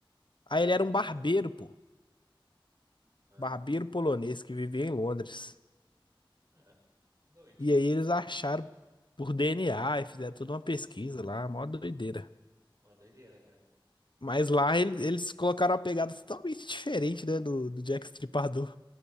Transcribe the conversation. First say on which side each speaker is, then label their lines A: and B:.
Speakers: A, on the left (about 60°); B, on the right (about 35°).
A: Aí
B: Que-
A: ele era um barbeiro,
B: Ah,
A: pô.
B: ah,
A: Barbeiro polonês que vivia em Londres.
B: é. Doido.
A: E aí eles acharam por DNA e fizeram toda uma pesquisa lá, mó doideira.
B: Uma doideira, cara.
A: Mas lá ele- eles colocaram uma pegada totalmente diferente, né, do, do Jack Stripador.